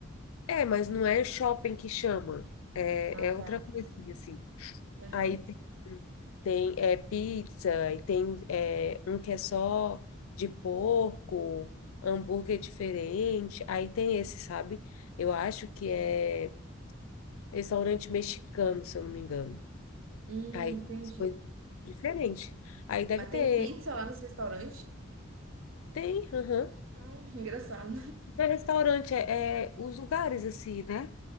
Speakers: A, on the left (about 85°); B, on the right (about 70°).
A: É, mas não é shopping que chama. É,
B: Ah,
A: é outra
B: tá.
A: coisinha assim.
B: Aham.
A: Aí tem, tem, é, pizza, e tem é, um que é só de porco, hambúrguer diferente. Aí tem esse, sabe? Eu acho que é restaurante mexicano, se eu não me engano.
B: Hum,
A: Aí
B: entendi.
A: tem as coisas diferentes. Aí deve
B: Mas
A: ter.
B: tem pizza lá nesse restaurante?
A: Tem, aham.
B: Ah, <laughs> engraçado.
A: Não É restaurante, é, é os lugares assim, né?